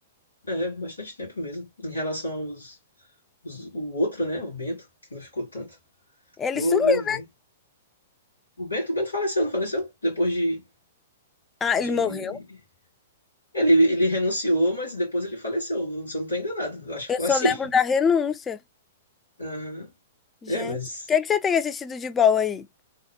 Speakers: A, on the left; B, on the left.
A: É, bastante tempo mesmo. Em relação aos, os- o outro, né? O Bento, que não ficou tanto.
B: Ele
A: Vou,
B: sumiu.
A: vou ver. O Bento, o Bento faleceu, não faleceu? Depois de,
B: Ah,
A: de...
B: ele morreu?
A: Ele, ele renunciou, mas depois ele faleceu. Se eu não tô enganado. Eu acho
B: Eu
A: que foi
B: só
A: assim.
B: lembro da renúncia.
A: <laughs> Aham.
B: Gente,
A: É, mas...
B: o que que você tem assistido de bom aí?